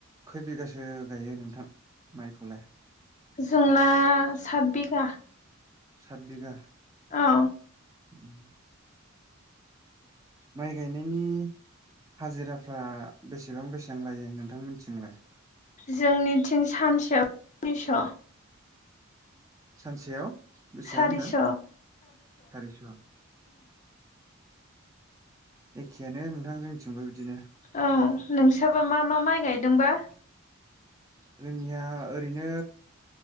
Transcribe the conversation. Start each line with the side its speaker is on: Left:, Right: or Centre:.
Right: खै बिगासो गायो नोंथां माइखौलाय
Left: जोंना सात बिगा
Right: सात बिघा
Left: औ
Right: उम माइ गायनायनि हाजिराफ्रा बेसेबां बेसेबां लायो नोंथां मिथिंलाय?
Left: जोंनिथिं सानसेयाव निस'
Right: सानसेयाव! बिसिबां
Left: सारिस'
Right: होनदों? सारिस' औ। एखेयानो नोंथां जोंथिंबो बिदिनो।
Left: औ नोंसाबा मा मा माइ गायदोंबा?
Right: जोंनिया ओरैनो